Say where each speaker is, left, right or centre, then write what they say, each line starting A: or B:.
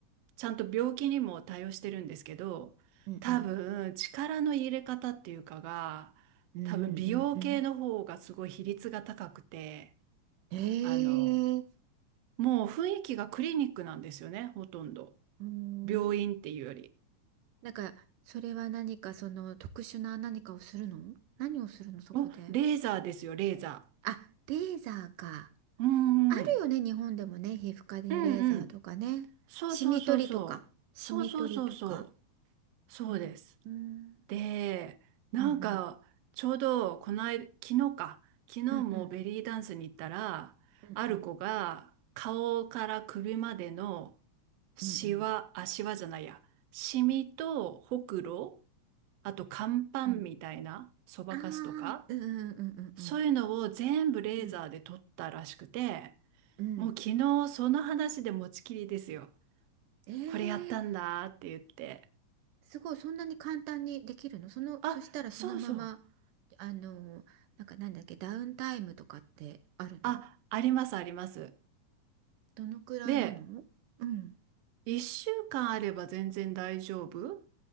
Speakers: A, on the right (about 70°); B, on the right (about 85°).
A: ちゃんと病気にも対応してるんですけど、
B: うんうん
A: 多分、力の入れ方っていうかが、
B: うんうんうん
A: 多分美容系の方がすごい比率が高くて、
B: うんええ
A: あの、もう雰囲気がクリニックなんですよね、ほとんど。
B: うん
A: 病院っていうより。
B: なんかそれは何かその特殊な何かをするの何をするのそこで
A: お、レーザーですよ、レーザ
B: あレーザーか
A: ー。うんうん。
B: あるよね日本でもね皮膚科にレーザーとかねシミ取りとかシミ取りとか
A: うんうん。そうそうそうそう。そうそうそうそう。そうです。
B: うんうん
A: で、なんか、
B: うん
A: ちょうど、この間、昨日か。昨日もベリーダンスに行ったら、
B: うんうんうんうん
A: ある子が、顔から首までの、シワ、
B: うんうん
A: あ、シワじゃないや。シミと、ほくろ、あと、乾パンみたいな、
B: うん
A: そばかすとか、
B: ああーうんうんうんうん
A: そういうのを全部レーザーで取ったらしくて、
B: うんうんうん
A: もう昨日その話で持ちきりですよ。
B: ええ
A: これやったんだって言って。
B: すごい、そんなに簡単にできるのその、
A: あ、
B: そしたらそのまま、
A: そうそう。
B: あの、なんかなんだっけ、ダウンタイムとかってあるの
A: あ、ありますあります。
B: どのくらいなのうん。
A: で、1週間あれば全然大丈夫